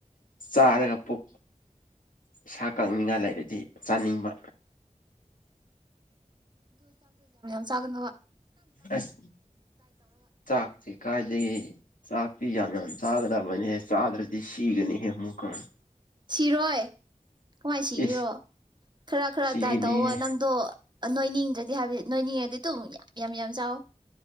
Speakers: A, on the left (about 85°); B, on the right (about 35°).
A: ꯆꯥꯔꯒ ꯄꯨꯛ ꯏꯁꯥ ꯀꯪꯅꯤꯡꯉꯥꯏ ꯂꯩꯔꯗꯤ ꯆꯥꯅꯤꯡꯕ
B: ꯆꯖꯒꯅꯣ
A: ꯑꯁ ꯆꯥꯛꯇꯤ ꯀꯥꯏꯗꯒꯤ ꯆꯥꯛꯇꯤ ꯌꯥꯝ ꯌꯥꯝ ꯆꯒꯗꯕꯅꯦ ꯆꯥꯗ꯭ꯔꯗꯤ ꯁꯤꯒꯅꯤ ꯍꯦ ꯑꯃꯨꯛꯀ
B: ꯁꯤꯔꯣꯏ ꯀꯃꯥꯏ ꯁꯤꯒꯦꯔꯣ
A: ꯏꯁ
B: ꯈꯔ ꯈꯔ
A: ꯁꯤꯒꯅꯤꯍꯦ
B: ꯗꯥꯏꯠ ꯇꯧꯋꯣ ꯅꯪꯗꯣ ꯅꯣꯏꯅꯤꯡꯗ꯭ꯔꯗꯤ ꯍꯥꯏꯕꯅꯦ ꯅꯣꯏꯅꯤꯡꯉꯗꯤ ꯇꯨ ꯌꯥꯝ ꯌꯥꯝ ꯆꯥꯎꯋꯣ